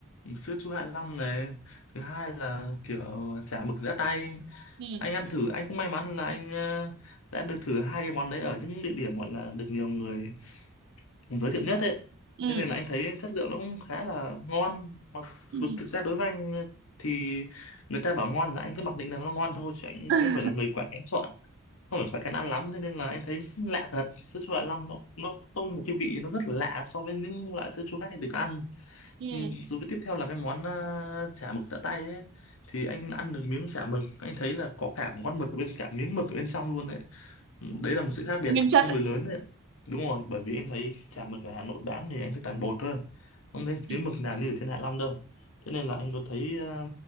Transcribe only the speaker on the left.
sữa chua Hạ Long này thứ hai là kiểu chả mực giã tay
anh ăn thử anh cũng may mắn là anh ờ, đã được thử hai cái món đấy ở những địa điểm gọi là được nhiều người giới thiệu nhất ấy
thế nên là anh thấy chất lượng nó cũng khá là ngon mặc
dù thực ra đối với anh thì người ta bảo ngon là anh cứ mặc định là nó ngon thôi chứ anh
không phải là người quá kén chọn không phải quá kén ăn lắm thế nên là anh thấy lạ thật sữa chua Hạ Long nó nó có một cái vị nó rất là lạ so với những loại sữa chua khác anh được ăn
Ừm, rồi với tiếp theo là cái món ờ, chả mực giã tay ấy thì anh ăn được miếng chả mực anh thấy là có cả một con mực ở bên cả miếng mực ở bên trong luôn đấy Ừ, đấy là một sự khác biệt
tương
đối lớn đấy đúng rồi bởi vì em thấy chả mực ở Hà Nội bán thì anh thấy toàn bột thôi không thấy
miếng mực nào như ở trên Hạ Long đâu thế nên là anh có thấy ờ,